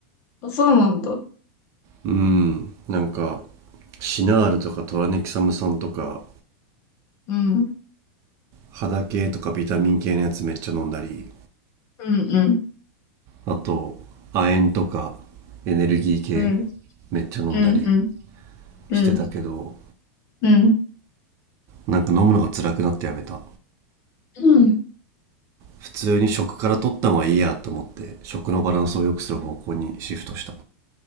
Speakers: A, on the left; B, on the right.
A: あ、そうなんだ。
B: うんなんかシナールとかトラネキサム酸とか
A: うん。
B: 肌系とかビタミン系のやつめっちゃ飲んだり
A: うん、うん、
B: あと亜鉛とかエネルギー系
A: うん、
B: めっちゃ飲んだり
A: うん、うん、うん、
B: してたけど
A: うん。
B: なんか飲むのが辛くなってやめた
A: うん
B: 普通に食から取った方がいいやと思って食のバランスを良くする方向にシフトした